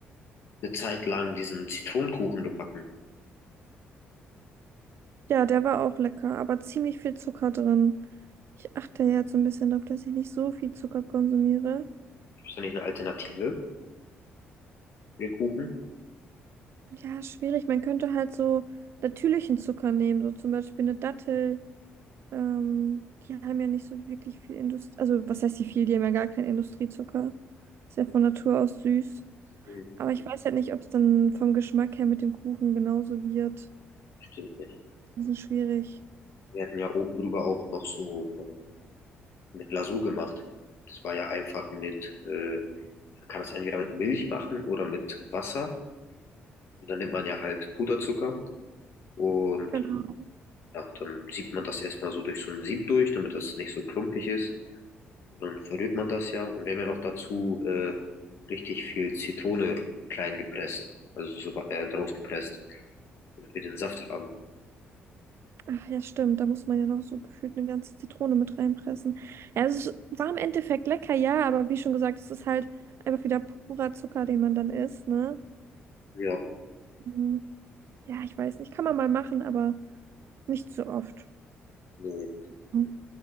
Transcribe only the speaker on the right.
Ja, der war auch lecker, aber ziemlich viel Zucker drin. Ich achte ja jetzt so ein bisschen darauf, dass ich nicht so viel Zucker konsumiere.
Ja, schwierig. Man könnte halt so natürlichen Zucker nehmen, so zum Beispiel eine Dattel. Ähm, die haben ja nicht so wirklich viel Industrie. Also, was heißt die viel? Die haben ja gar keinen Industriezucker. Ist ja von Natur aus süß.
Aber ich weiß halt nicht, ob es dann vom Geschmack her mit dem Kuchen genauso wird.
Das ist schwierig.
Genau.
Ach ja, stimmt. Da muss man ja noch so gefühlt eine ganze Zitrone mit reinpressen. Ja, es ist, war im Endeffekt lecker, ja, aber wie schon gesagt, es ist halt einfach wieder purer Zucker, den man dann isst, ne?
Mhm. Ja, ich weiß nicht. Kann man mal machen, aber nicht so oft.
Genau.